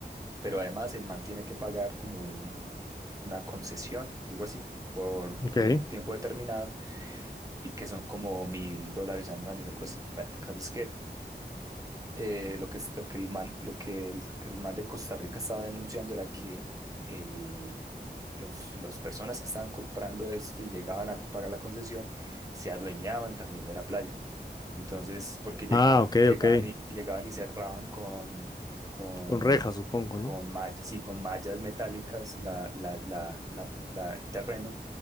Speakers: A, on the right; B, on the left.
A: pero además el man tiene que pagar como un- una concesión, algo así, por,
B: Ok.
A: por un tiempo determinado y que son como mil dólares anuales, algo así. Bueno, el caso es que eh, lo que, es- lo que, el man, lo que el, el man de Costa Rica estaba denunciando era que el, los, las personas que estaban comprando esto y llegaban a pagar la concesión se adueñaban también de la playa. Entonces, porque llegaba,
B: Ah, ok,
A: llegaban
B: ok.
A: y, y llegaban y cerraban con, con,
B: Con rejas, supongo, ¿no?
A: con, mall- sí, con mallas metálicas la, la, la, la pro- la- el terreno